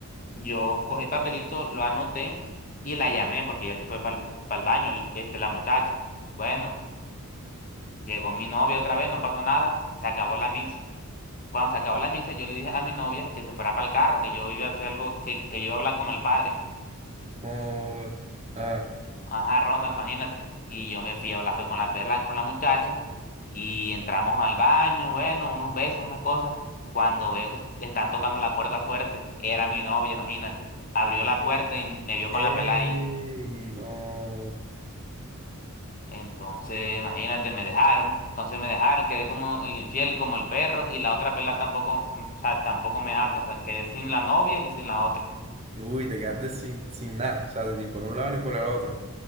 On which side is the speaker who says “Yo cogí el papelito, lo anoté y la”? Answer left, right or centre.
Left